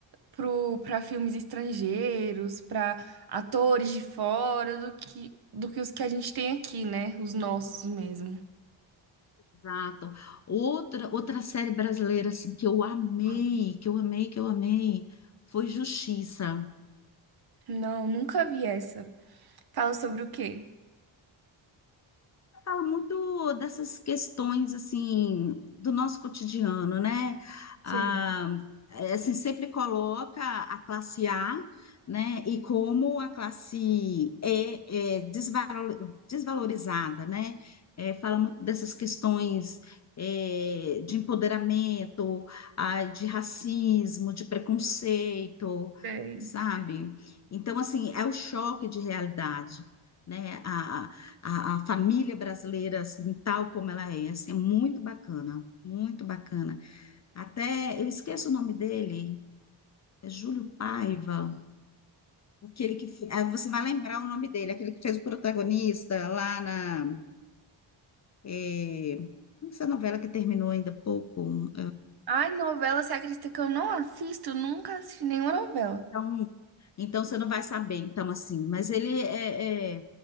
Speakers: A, on the right; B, on the left.
A: pro, pra filmes estrangeiros, pra atores de fora do que, do que os que a gente tem aqui, né? Os nossos mesmo.
B: Exato. Outra, outra série brasileira assim, que eu amei,
A: Uau.
B: que eu amei, que eu amei, foi Justiça.
A: Não, nunca vi essa. Fala sobre o quê?
B: Fala muito dessas questões assim do nosso cotidiano, né?
A: Sim.
B: Ah, é, assim, sempre coloca a classe A, né? E como a classe E é desvalorizada, né? É, fala muito dessas questões é, de empoderamento, ah, de racismo, de preconceito,
A: Sei.
B: sabe? Então, assim, é o choque de realidade, né? A, a, a família brasileira, assim, tal como ela é, assim, é muito bacana, muito bacana. Até, eu esqueço o nome dele, é Júlio Paiva, aquele que... fe- ah, Você vai lembrar o nome dele, aquele que fez o protagonista lá na... É, essa novela que terminou ainda há pouco.
A: Ai, novela, você acredita que eu não assisto? Nunca assisti nenhuma novela.
B: Então, então você não vai saber, então, assim. Mas ele é, é,